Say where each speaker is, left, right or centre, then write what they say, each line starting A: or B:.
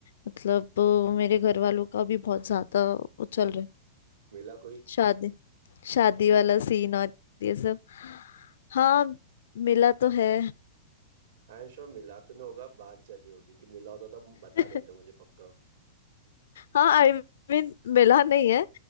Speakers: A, on the left; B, on the right.
A: मतलब अ, मेरे घर वालों का भी बहुत ज्यादा वो चल रहा है
B: मिला कोई
A: शादी शादी वाला सीन और ये सब हाँ मिला तो है
B: आई एम श्योर मिला तो नहीं होगा बात चल रही होगी कि मिला होता तो बता
A: <laughs>
B: देते मुझे पक्का
A: हाँ आई मीन मिला नहीं है